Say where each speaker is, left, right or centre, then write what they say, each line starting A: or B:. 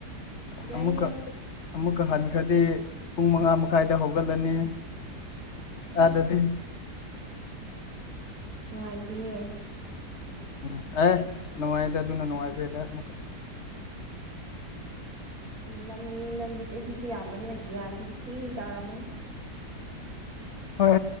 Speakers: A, on the left (about 45°); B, on the right (about 55°).
A: ꯀꯃꯨꯀ
B: ꯌꯥꯏ ꯌꯥꯏ
A: ꯑꯃꯨꯛꯀ ꯍꯟꯈ꯭ꯔꯗꯤ ꯄꯨꯡ ꯃꯉꯥ ꯃꯈꯥꯏꯗ ꯍꯧꯒꯠꯂꯅꯤ
B: ꯎꯁ
A: ꯑꯗꯗꯤ
B: ꯅꯨꯡꯥꯏꯇꯍꯦ
A: ꯎꯝ ꯑꯦ ꯅꯨꯡꯉꯥꯏꯗꯦ ꯑꯗꯨꯅ ꯅꯨꯡꯉꯥꯏꯕꯦꯜꯂꯦ ꯑꯃꯨꯛꯀ
B: ꯃꯅꯤ ꯅꯪꯗꯤ ꯆꯍꯤꯁꯨ ꯌꯥꯝꯕꯅꯤꯅ ꯒ꯭ꯌꯥꯟꯗꯤ ꯊꯤꯅ ꯇꯧꯔꯝꯃꯅꯤ
A: ꯍꯣꯏ